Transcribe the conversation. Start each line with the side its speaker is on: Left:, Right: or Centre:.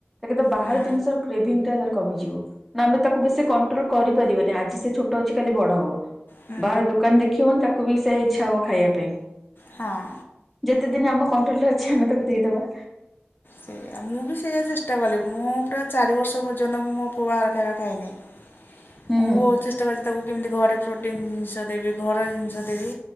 Centre: କିନ୍ତୁ ବାହାର
Left: ହୁଁ
Centre: ଜିନିଷର କ୍ରେଭିନ୍ ଟା ତାର କମିଯିବ। ଆମେ ତାକୁ ବେଶୀ କଣ୍ଟ୍ରୋଲ କରିପାରିବାନି, ଆଜି ସେ ଛୋଟ ଅଛି ଖାଲି ବଡ ହବ।
Left: ହୁଁ
Centre: ବାହାର ଦୋକାନ୍ ଦେଖିବନି ତାକୁ ବି ସେଇଆ ଇଚ୍ଛା ହବ ଖାଇବା ପାଇଁ।
Left: ହାଁ।
Centre: ଯେତେ ଦିନି ଆମ କଣ୍ଟ୍ରୋଲ୍ ରେ ଅଛି, ଆମେ ତାକୁ ଦେଇଦବା।
Left: ସେଇଆ ମୁଁ ବି ସେଇଆା ଚେଷ୍ଟା କଲି ମୁଁ ପୁରା ଚାରି ବର୍ଷ ପର୍ଯ୍ୟନ୍ତ ମୁଁ ମୋ ପୁଅ ବାହାର ଖାଇବା ଖାଇନି।
Centre: ହୁଁ
Left: ମୁଁ ବୋହୁତ୍ ଚେଷ୍ଟା କରିଚି ତାକୁ କେମିତି ଘରେ ପ୍ରୋଟିନ୍ ଜିନିଷ ଦେବି, ଘର ଜିନିଷ ଦେବି